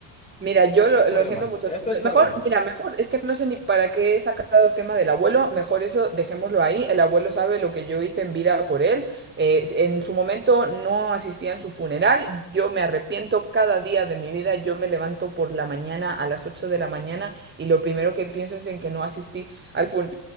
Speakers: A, on the right (about 25°); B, on the left (about 15°).
A: Mira, yo lo,
B: es por
A: lo
B: demás,
A: siento mucho.
B: esto
A: No, me-
B: es por
A: mejor,
B: demás.
A: mira, mejor, es que no sé ni para qué he sacado el tema del abuelo, mejor eso dejémoslo ahí. El abuelo sabe lo que yo hice en vida por él. Eh, en su momento no asistía en su funeral. Yo me arrepiento cada día de mi vida. Yo me levanto por la mañana a las 8 de la mañana y lo primero que pienso es en que no asistí al fun-